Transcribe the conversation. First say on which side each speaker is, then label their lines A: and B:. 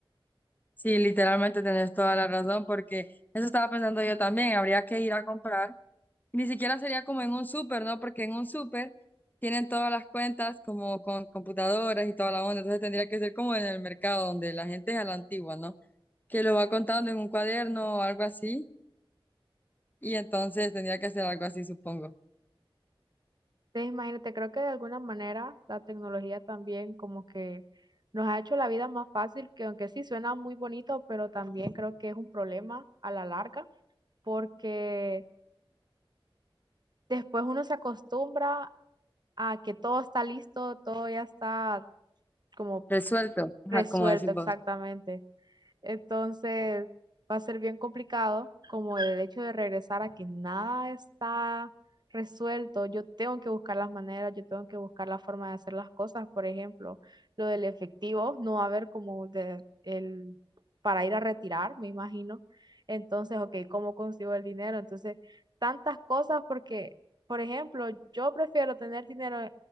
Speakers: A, on the left; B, on the right.
A: Sí, literalmente tenés toda la razón, porque eso estaba pensando yo también. Habría que ir a comprar. Ni siquiera sería como en un súper, ¿no? Porque en un súper tienen todas las cuentas como con computadoras y toda la onda. Entonces tendría que ser como en el mercado donde la gente es a la antigua, ¿no? Que lo va contando en un cuaderno o algo así. Y entonces tendría que ser algo así, supongo.
B: Entonces, imagínate, creo que de alguna manera la tecnología también como que nos ha hecho la vida más fácil, que aunque sí suena muy bonito, pero también creo que es un problema a la larga porque después uno se acostumbra a que todo está listo, todo ya está como
A: Resuelto, ajá,
B: resuelto
A: como decimos.
B: exactamente. Entonces va a ser bien complicado como el hecho de regresar a que nada está resuelto. Yo tengo que buscar las maneras, yo tengo que buscar la forma de hacer las cosas. Por ejemplo, lo del efectivo no va a haber como de, el, para ir a retirar, me imagino. Entonces, ok, ¿cómo consigo el dinero? Entonces, tantas cosas porque, por ejemplo, yo prefiero tener dinero